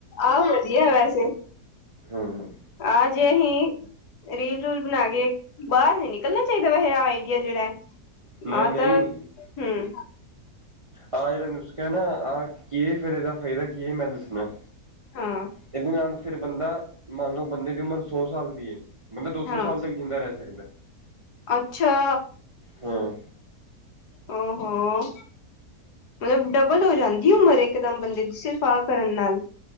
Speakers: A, on the left; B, on the right.
A: ਆ ਵਧੀਆ ਵੈਸੇ।
B: ਹੂ ਹੂ
A: ਆਜੇ ਹੀ ਰੀਲ ਰੂਲ ਬਣਾ ਕੇ ਬਾਹਰ ਨੀ ਨਿਕਲਣਾ ਚਾਹੀਦਾ ਵੈਸੇ ਆਈਡੀਆ ਜਿਹੜਾ ਹੈ।
B: ਨਹੀਂ
A: ਆਹ
B: ਨਹੀਂ
A: ਤਾਂ ਹਮ
B: ਆਹ ਜਿਹੜਾ ਨੁਸਕਾ ਨਾ ਆਹ ਕੀ ਫਿਰ ਇਹਦਾ ਫਾਇਦਾ ਕੀ ਹੈ ਮੈਨੂੰ ਦੱਸਣਾ
A: ਹਾਂ
B: ਇਹਦੇ ਨਾਲ ਫਿਰ ਬੰਦਾ ਮੰਨ ਲਓ ਬੰਦੇ ਦੀ ਉਮਰ ਸੌ ਸਾਲ ਦੀ ਬੰਦਾ ਦੋ
A: ਹਾਂ
B: ਸੌ ਸਾਲ ਤੱਕ ਜਿੰਦਾ ਰਹਿ ਸਕਦਾ
A: ਅੱਛਾ
B: ਹਾਂ
A: ਹੋੋ ਮਤਲਬ ਡਬਲ ਹੋ ਜਾਂਦੀ ਉਮਰ ਇੱਕ ਦਮ ਬੰਦੇ ਦੀ ਸਿਫ ਆ ਕਰਨ ਨਾਲ